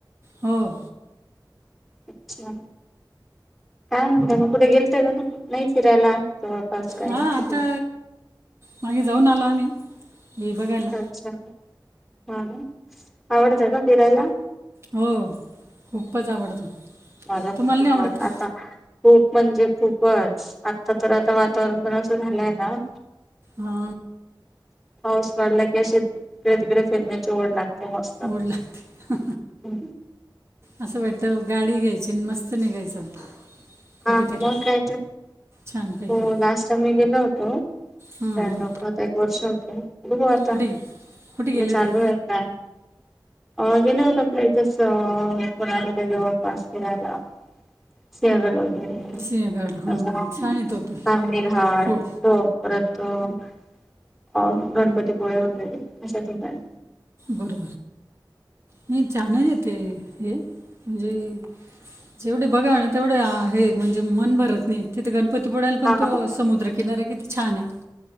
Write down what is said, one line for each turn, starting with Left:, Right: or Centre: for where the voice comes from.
Right: हो
Centre: अच्छा, काय म्हणता? नाही, कुठे गेलात का फिरायला? <unintelligible>
Right: हां आता मागे जाऊन आलो आम्ही हे बघायला
Centre: अच्छा, हा. आवडतं का फिरायला?
Right: हो. खूपच आवडतो
Centre: मला पण
Right: तुम्हाला
Centre: खूप
Right: नाही आवडत
Centre: आवडतं
Right: का
Centre: आता. खूप म्हणजे खूपच. आता तर वातावरण पण असं झालंय ना.
Right: हा.
Centre: हाऊस वाढला की अशी तिकडे-तिकडे फिरण्याची ओढ लागते. तेमस्त ह.
Right: ओढ लागते असं वाटतं, गाडी घ्यायची आणि मस्त निघायचं. कुठेतरी
Centre: हा, मग काय तर
Right: छानपैकी
Centre: हो... लास्ट टाइम मी गेलो होतो.
Right: हं,
Centre: लक
Right: हं.
Centre: आता एक वर्ष होते बघ आता
Right: कुठे गे- कुठे गेले
Centre: चालू
Right: ते
Centre: आहे प्लॅन अ गेल होत आपल्या इथेच पुण्यामध्ये जवळपास फिरायला सेग चांगली
Right: सिंहगड हां छान आहे तो पण
Centre: घाट
Right: फोड
Centre: कोपत <inaudible> तर गणपतीपुळे वगैरे अशा ठिकाणी
Right: बरोबर नाही चाणच येते हे म्हणजे <unintelligible> जेवढे बघा ना तेवढे आहे म्हणजे मन भरत नाही तिथे गण पती बुडाला पण
Centre: हा
Right: तो समुद्रकिनार आहे किती छान आहे